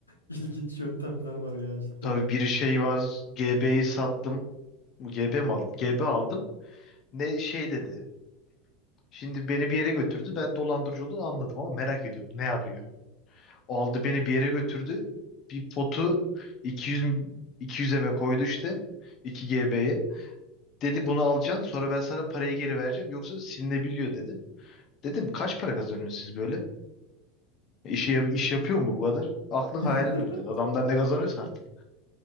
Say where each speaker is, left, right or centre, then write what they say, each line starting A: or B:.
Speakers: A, on the left; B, on the left.
A: İlginç yöntemler var ya cidden.
B: Tabii bir şey var. GB'yi sattım. Bu GB mi aldım? GB aldım. Ne şey dedi. Şimdi beni bir yere götürdü. Ben dolandırıcı olduğunu anladım ama merak ediyorum. Ne yapıyor? Aldı beni bir yere götürdü. Bir potu 200 200'e mi koydu işte. 2 GB'ye. Dedi bunu alacaksın sonra ben sana parayı geri vereceğim. Yoksa silinebiliyor dedi. Dedim kaç para kazanıyorsunuz siz böyle? E, İşe, yap- iş yapıyor mu bu kadar? Aklın
A: <laughs>
B: hayalin dur dedi. Adamlar ne kazanıyorsa artık.